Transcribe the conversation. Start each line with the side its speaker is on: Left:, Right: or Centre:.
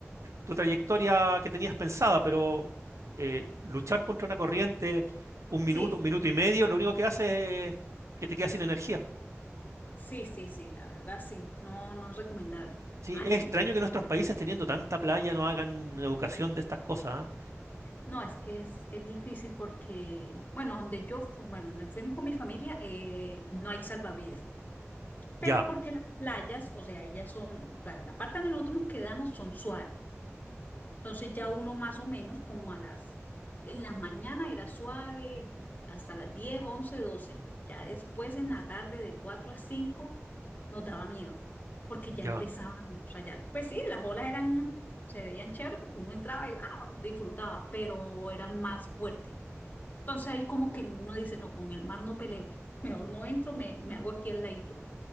Right: tu trayectoria que tenías pensada, pero eh, luchar contra una corriente un minuto,
Left: Sí,
Right: un
Left: sí.
Right: minuto y medio, lo único que hace es que te quedas sin energía.
Left: Sí, sí, sí, la verdad sí. No, no es recomendable.
Right: Sí,
Left: Ah,
Right: es
Left: yo
Right: extraño
Left: no
Right: que nuestros países teniendo tanta playa no hagan educación de estas cosas, ¿ah?
Left: No, es que es, es difícil porque, bueno, donde yo, fu- bueno, donde fui con mi familia, eh, no hay salvavidas. Pero
Right: Ya,
Left: porque las playas, o sea, ellas son, claro, la parte donde nosotros nos quedamos son suaves. Entonces ya uno más o menos como a las, en las mañanas era suave, hasta las 10 11 doce Ya después en la tarde de 4 a 5 nos daba miedo, porque ya
Right: ya.
Left: empezaban, o sea, ya, pues sí, las olas eran se veían chévere porque uno entraba y wow, disfrutaba, pero era más fuerte. Entonces ahí como que uno dice, no, con el mar no peleo, mejor no entro, me, me hago aquí al ladito.